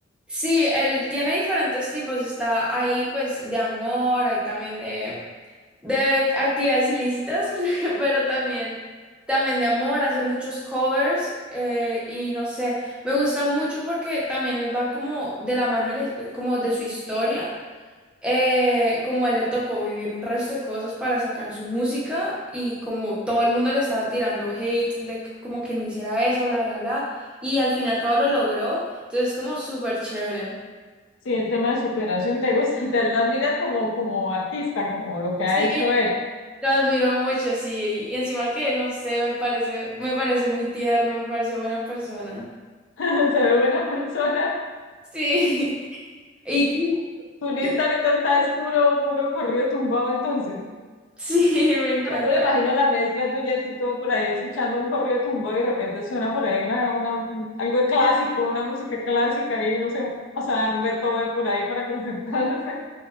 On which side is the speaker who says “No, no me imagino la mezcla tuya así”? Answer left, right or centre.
Left